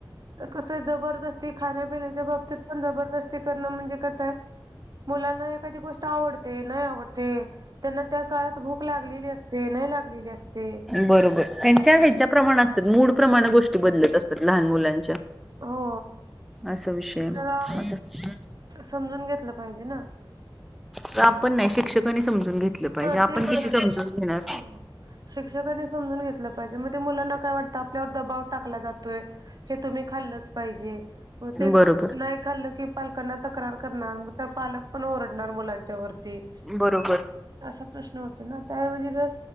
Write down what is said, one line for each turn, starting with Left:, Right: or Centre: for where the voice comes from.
Right: कसं जबरदस्ती खाण्यापिण्याच्या बाबतीत पण जबरदस्ती. करणं म्हणजे कसय मुलांना एखादी गोष्ट आवडते नाय आवडते. त्यांना त्या काळात भूक लागलेली असते नाही लागलेली असते.
Centre: बरोबर त्यांच्या ह्याच्या प्रमाण असतात मूड प्रमाणे गोष्टी बदलत असतात लहान मुलांच्या.
Right: हो
Centre: असा विषय
Right: जरा
Centre: आता.
Right: समजून घेतलं पाहिजे ना.
Centre: तर आपण नाही शिक्षकांनी समजून घेतलं पाहिजे
Right: हा
Centre: आपण
Right: तेच ना
Centre: किती समजून घेणार.
Right: हो. शिक्षकांनी समजून घेतलं पाहिजे मग ते मुलांना काय वाटतं आपल्यावर दबाव टाकला जातोय. ते तुम्ही खाल्लच पाहिजे ते
Centre: बरोबर
Right: नाही खाल्लं की पालकांना तक्रार. करणार मग पालक पण ओरडणार मुलांच्या वरती.
Centre: बरोबर.
Right: असा प्रश्न होत ऐवजी जर